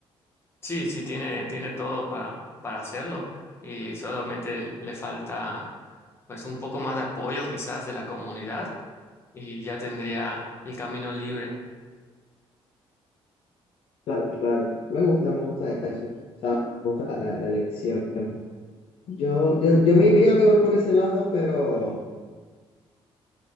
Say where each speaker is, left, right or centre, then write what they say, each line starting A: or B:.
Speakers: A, on the left; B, on the left.
A: Sí, sí, tiene, tiene todo para, para hacerlo y solamente le falta pues un poco más de apoyo quizás de la comunidad y ya tendría el camino libre.
B: Claro, claro. Me gusta, me gusta eso. O sea, me gusta la, la- la elección. Yo, yo, yo me iría igual por ese lado, pero,